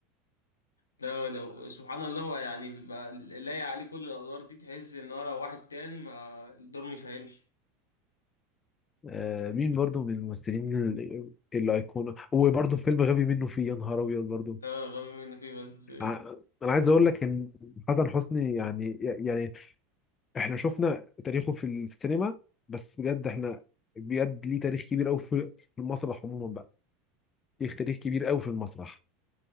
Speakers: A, on the left; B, on the left.
A: لا لو سبحان الله هو يعني بيبقى لايق عليه كل الادوار دي تحس ان هو لو واحد تاني ما الدور مش هيمشي
B: آه مين برضه من الممثلين ال- الايقونه وبرضه فيلم غبي منه فيه يا نهار ابيض برضه
A: اه غبي منه فيه بس لا
B: ع- انا عايز اقول لك ان حسن حسني يعني يعني احنا شفنا تاريخه في ال- في السينما بس بجد احنا بجد ليه تاريخ كبير قوي في في المسرح عموما بقى ليه تاريخ كبير قوي في المسرح